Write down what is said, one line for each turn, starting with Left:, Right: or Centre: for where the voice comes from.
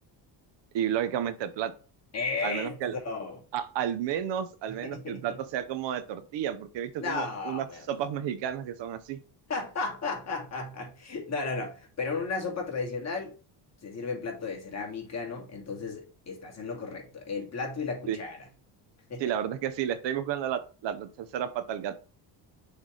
Right: y lógicamente el plato,
Left: Eso.
Right: al menos que el, a- al menos, al
Left: <laughs>
Right: menos que el plato sea como de tortilla, porque he visto
Left: No,
Right: como unas
Left: me-
Right: sopas mexicanas que son así.
Left: <laughs> No, no, no. Pero en una sopa tradicional se sirve en plato de cerámica, ¿no? Entonces estás en lo correcto. El plato y la cuchara.
Right: Sí.
Left: <laughs>
Right: Sí, la verdad es que sí, le estoy buscando la, la- la tercera pata al gato.